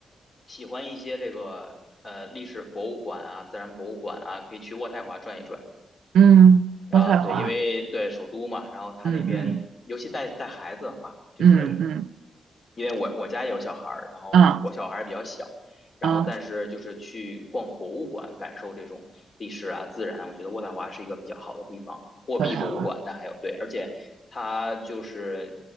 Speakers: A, on the left; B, on the right.
A: 喜欢一些这个呃历史博物馆啊、自然博物馆啊，可以去渥太华转一转。
B: 嗯，
A: 啊，
B: 渥太华，
A: 对，因为对首都嘛，然后他那边，
B: 嗯嗯
A: 尤其带带孩子的话，就是
B: 嗯嗯
A: 因为我我家有小孩儿，然后我小孩儿比较小，
B: 嗯
A: 然后但是就是去逛博物馆，
B: 嗯，
A: 感受这种历史啊、自然，我觉得渥太华是一个比较好的地方。货币博物馆那还有对，
B: 渥太华，
A: 而且它就是